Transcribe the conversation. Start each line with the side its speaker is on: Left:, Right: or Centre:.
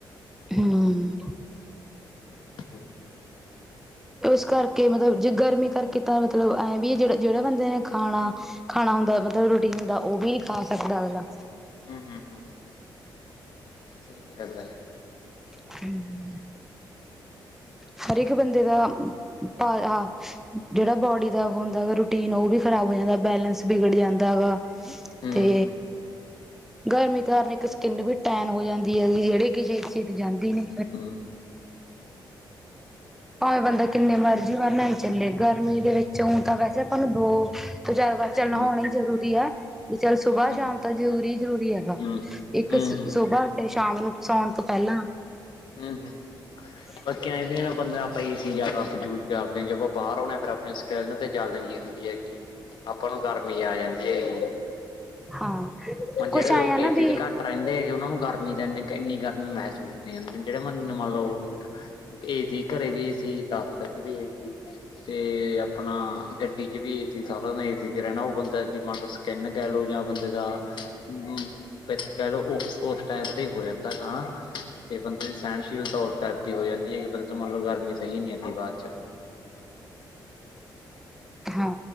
Centre: ਹਂ।
Left: ਹੂੰ
Centre: ਇਸ ਕਰਕੇ‌ ਮਤਲਬ ਜੇ ਗਰਮੀ ਕਰਕੇ ਤਾਂ ਮਤਲਬ ਐਂ ਵੀ ਜਿਹੜਾ ਜਿਹੜੇ ਬੰਦੇ ਨੇ ਖਾਣਾ ਖਾਣਾ ਹੁੰਦਾ ਮਤਲਬ ਰੋਟੀਨ ਦਾ ਉਹ ਵੀ ਨੀ ਖਾ ਸਕਦਾ ਅਗਲਾ।
Left: ਹਂ, ਹਂ, ਹਂ ਸਹੀ ਗੱਲ ਐ।
Centre: <inaudible> ਹਰ ਇੱਕ ਬੰਦੇ ਦਾ ਭਾਰ ਆ। ਜਿਹੜਾ ਬੋਡੀ ਦਾ ਹੁੰਦਾ ਗਾ ਰੂਟੀਨ, ਉਹ ਵੀ ਖ਼ਰਾਬ ਹੋ ਜਾਂਦਾ। ਬੈਲੈਂਸ ਵਿਗੜ ਜਾਂਦਾ ਹੈਗਾ।
Left: ਹਮ
Centre: ਤੇ ਗਰਮੀ ਕਾਰਨ ਇੱਕ ਸਕਿਨ ਵੀ ਟੈਨ ਹੋ ਜਾਂਦੀ ਐ। ਜਿਹੜੀ ਕਿ ਛੇਤੀ-ਛੇਤੀ ਜਾਂਦੀ ਨੀ।
Left: ਹਮ
Centre: ਭਾਵੇਂ ਬੰਦਾ ਕਿੰਨੇ ਮਰਜੀ ਵਾਰ ਨਾਈ ਚੱਲੇ ਗਰਮੀ ਦੇ ਵਿੱਚ ਊ ਤਾਂ ਵੈਸੇ ਆਪਾਂ ਨੂੰ ਦੋ ਤੋਂ ਚਾਰ ਵਾਰ ਚੱਲ ਨਹਾਉਣਾ
Left: ਹਮ
Centre: ਹੀ ਜ਼ਰੂਰੀ ਆ। ਚੱਲ ਸੁਬਾਹ-ਸ਼ਾਮ
Left: ਹਮ
Centre: ਤਾਂ ਜ਼ਰੂਰੀ-ਜ਼ਰੂਰੀ ਹੈਗਾ।
Left: ਹਮ
Centre: ਇੱਕ ਸੁ ਸੁਬਾਹ ਤੇ ਸ਼ਾਮ ਨੂੰ ਸੋਣ ਤੋਂ ਪਹਿਲਾਂ।
Left: ਹਂ, ਹਂ।
Centre: <inaudible>
Left: ਓ ਕਹਿੰਦੇ ਐ ਨਾ ਪੰਦਰਾਂ ਪਈ ਸੀ ਜਿਆਦਾ ਯੂਜ ਕਰਦੇ ਜਦੋਂ ਬਾਹਰ ਆਉਂਦੇ ਫਿਰ ਆਪਣੇ ਸਕਿਲ ਤੇ ਜਲਣ ਜੀ ਹੁੰਦੀ ਹੈਗੀ। ਆਪਾਂ ਨੂੰ ਗਰਮੀ ਆ ਜਾਂਦੀ ਹੈਜੀ।
Centre: ਹਾਂ
Left: ਹੁਣ
Centre: ਕੁਛ
Left: ਜਿਹੜੇ
Centre: ਆਏ
Left: ਲੋਕੀ
Centre: ਆ ਨਾ
Left: ਏ
Centre: ਵੀ
Left: ਸੀ ਚ ਘੱਟ ਰਹਿੰਦੇ ਹੈਗੇ। ਉਹਨਾਂ ਨੂੰ ਗਰਮੀ ਤਾਂ ਇਨੀ, ਇੰਨੀ ਗਰਮੀ ਮਹਿਸੂਸ ਨਈ ਹੁੰਦੀ। ਜਿਹੜੇ ਮੰਨ ਮੰਨ ਲਓ। ਏ ਸੀ, ਘਰੇ ਵੀ ਏ ਸੀ ਦਫਤਰ ਚ ਵੀ ਏਸੀ। ਤੇ ਆਪਣਾ ਗੱਡੀ ਚ ਵੀ ਏ ਸੀ। ਸਾਰਾ ਦਿਨ ਏ ਸੀ ਚ ਰਹਿਣਾ। ਉਹ ਬੰਦਾ ਇਦੀ ਮੰਨ ਲਓ ਕਿਨ ਕਹਿ ਲਓ ਜਾਂ ਬੰਦੇ ਦਾ ਹਂ। ਵਿੱਚ ਕਹਿ ਲਓ ਉਸ ਉਸ ਟਾਈਪ ਤੇ ਹੀ ਹੋ ਜਾਂਦਾ ਹੈ ਨਾ। ਤੇ ਬੰਦੇ ਦੀ ਸਹਿਣਸ਼ੀਲਤਾ ਉਸ ਟਾਈਪ ਦੀ ਹੋ ਜਾਂਦੀ ਐ ਕਿ ਬੰਦੇ ਤੋਂ ਮੰਨ ਲਓ ਗਰਮੀ ਸਹੀ ਨੀ ਜਾਂਦੀ ਬਾਅਦ ਚ।
Centre: ਹਾਂ,